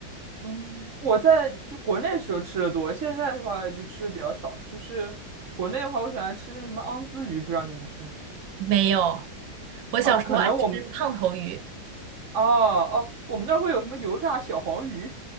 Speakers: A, on the right; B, on the right.
A: 嗯，我在就国内时候吃的多，现在的话就吃的比较少。就是国内的话，我喜欢吃那个什么昂兹鱼，不知道你们听过
B: 没有，我小时候爱吃胖头鱼，
A: 啊？可能我们哦哦，我们那儿会有什么油炸小黄鱼，